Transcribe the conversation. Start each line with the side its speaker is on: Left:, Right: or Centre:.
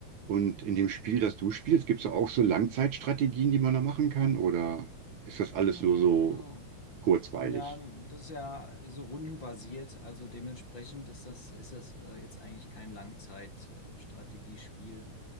Right: Und in dem Spiel, das du spielst, gibt es auch so Langzeitstrategien, die man da machen kann, oder ist das alles
Left: Mhm.
Right: nur so kurzweilig?
Left: Ja, das ist ja so rundenbasiert, also dementsprechend ist das, ist das äh, jetzt eigentlich kein Langzeitstrategiespiel.